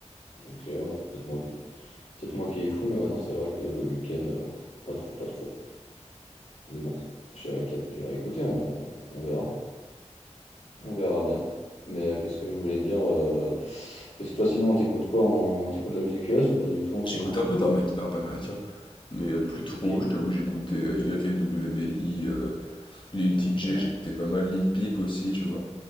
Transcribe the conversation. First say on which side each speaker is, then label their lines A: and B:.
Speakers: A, on the left; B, on the left.
A: Ok, ouais, c'est peut-être moi qui. Peut-être moi qui est fou, mais ouais, non, c'est vrai que le week-end, euh, pas trop, pas trop. Mais bon, j'irai peut-être, j'irai écouter, on, on verra. On verra bien. Mais euh, qu'est-ce que je voulais dire euh, Qu'est-ce toi, sinon, on t'écoute quoi? On on t'écoute de la musique US ou pas du tout en ce
B: J'écoute
A: moment?
B: un peu de rap, rap américain, mais euh, plus
A: T'écoutes
B: trop,
A: qui?
B: je t'avoue, j'écoutais euh, Y N w Melly, euh, Lil
A: Ok.
B: T j j'écoutais pas mal Lil Peep aussi, tu vois.